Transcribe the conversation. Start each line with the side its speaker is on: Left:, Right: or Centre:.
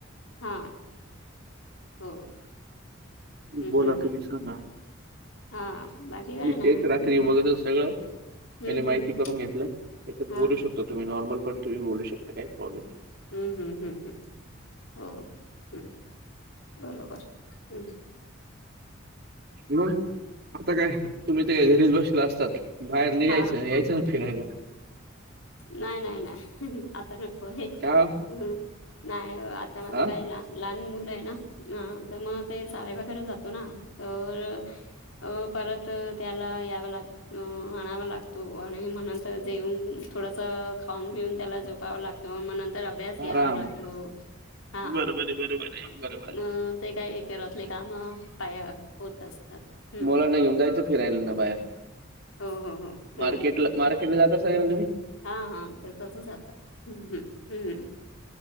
Left: हा हो हम्म
Right: बोला
Left: हम्म हम्म
Right: तुम्ही सांगा
Left: हा बाकी काय
Right: मी
Left: नाही
Right: तेच
Left: हम्म
Right: रात्री बघत होतो सगळं पहिले
Left: हम्म
Right: माहिती
Left: हम्म
Right: करून घेतलं त्याच्यात बोलू
Left: हा
Right: शकतो तुम्ही नॉर्मल पण तुम्ही बोलू शकता काहीच प्रॉब्लेम नाही
Left: हम्म हम्म हम्म हम्म हो हम् बरोबर हम्
Right: मग आता काय तुम्ही तर काय घरीच बसेल असतात. बाहेर निघायचं
Left: हा
Right: यायचं ना फिरायला
Left: नाही नाही नाही आता नको हे
Right: का
Left: ह नाही ओ त्या माझं
Right: हा
Left: काहीला लहान मुलं आहे ना अ तर मग ते शाळा बगैरे जातो ना तर अ परत त्याला यावं लाग आणावा लागतो आणि म्हणत जेऊन थोडस खाऊन पिऊन त्याला जपावं लागतं मग नंतर अभ्यास घ्यावा
Right: आराम
Left: लागतो. हा
Right: बरोबर आहे बरोबर आहे
Left: अ
Right: बरोबर आहे.
Left: ते काही घरातले काम पाय होत असतात हम्म
Right: मुलांना घेऊन जायचं फिरायला ना बाहेर
Left: हो हो हो हम्
Right: मार्केटला मार्केटला जात असाल ना तुम्ही
Left: हा हा ते तसच जातात हम्म हम्म